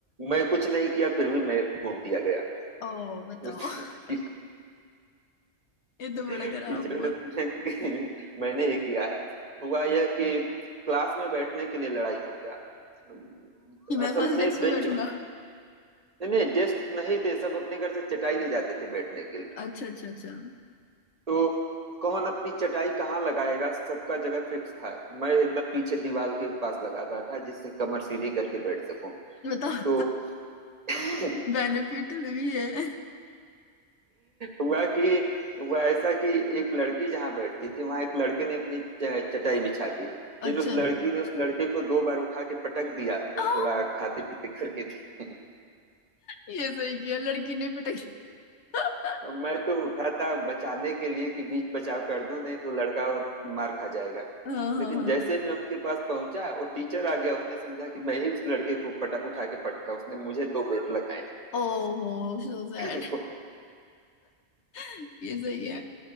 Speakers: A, on the right; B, on the left.
A: मैं कुछ नहीं किया फिर भी मैं कूट दिया गया
B: ओ बताओ
A: <laughs>
B: <laughs> ये तो
A: टीचर
B: बड़ा खराब हुआ
A: ने <laughs> कि मैंने ही किया है हुआ यह कि क्लास में बैठने के लिए लड़ाई हो गया अम,
B: कि मैं
A: असल
B: फर्स्ट
A: में
B: डेस्क
A: बेंच
B: पे बैठूंगा
A: नहीं नहीं डेस्क नहीं थे सब अपने घर से चटाई ले जाते थे बैठने के लिए
B: अच्छा अच्छा अच्छा
A: तो कौन अपनी चटाई कहाँ लगाएगा सबका जगह फिक्स था मैं एकदम पीछे दीवार के पास लगाता था जिससे कमर सीधी करके बैठ सकूं
B: बताओ
A: तो <laughs>
B: <laughs> बेनिफिट भी है
A: हुआ कि हुआ ऐसा कि एक लड़की जहाँ बैठती थी वहां एक लड़के ने अपनी च- चटाई बिछा दी फिर
B: अच्छा
A: उस लड़की ने उस लड़के को दो बार उठा के पटक दिया वो
B: ओ
A: थोड़ा खाते पीते करके थे
B: ये सही किया लड़की ने पिटाई <laughs>
A: <laughs> मैं तो उठा था बचाने के लिए कि बीच बचाव कर दूं नहीं तो लड़का और मार खा जाएगा
B: हाँ हाँ
A: लेकिन
B: हाँ
A: जैसे मैं उसके पास पहुंचा वो टीचर आ गया उसने समझा कि मैं ही उस लड़के को पटा उठा के पटका उसने मुझे दो बेत लगाए
B: ओहो सो सैड
A: <laughs> को,
B: <laughs> ये सही है